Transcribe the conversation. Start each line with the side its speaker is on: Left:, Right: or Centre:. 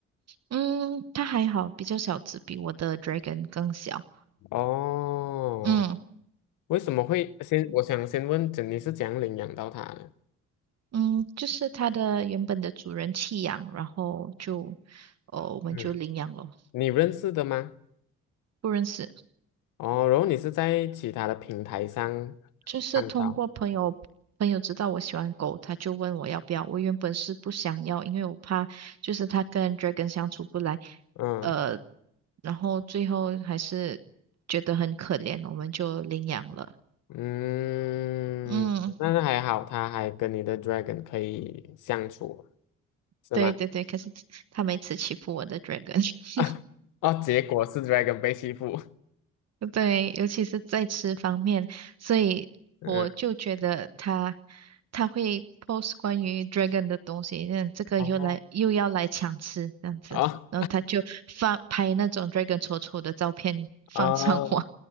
Right: 嗯，它还好，比较小只，比我的 dragon 更小。
Left: 哦，
Right: 嗯，
Left: 为什么会先？我想先问，你是怎样领养到它的？
Right: 嗯，就是它的原本的主人弃养，然后就，哦，我们就领养了，
Left: 嗯，你认识的吗？
Right: 不认识，
Left: 哦，然后你是在其他的平台上
Right: 就是通过朋友，
Left: 看到？
Right: 朋友知道我喜欢狗，他就问我要不要。我原本是不想要，因为我怕就是它跟 Dragon 相处不来，
Left: 嗯
Right: 呃，然后最后还是觉得很可怜，我们就领养了。
Left: 嗯，
Right: 嗯，
Left: 但是还好，它还跟你的 dragon 可以相处，是吗？
Right: 对对对，可是它每次欺负我的 Dragon。
Left: <laughs>
Right: <laughs>
Left: 啊哦，结果是 Dragon 被欺负，
Right: 对，尤其是在吃方面，所以我就觉得他
Left: 嗯，
Right: 他会 post 关于 dragon 的东西，那这个又来又要来抢吃这样子，
Left: 哦，哦，
Right: 然后他就发拍那种 dragon 丑丑的照片放上网，
Left: 哦，哦，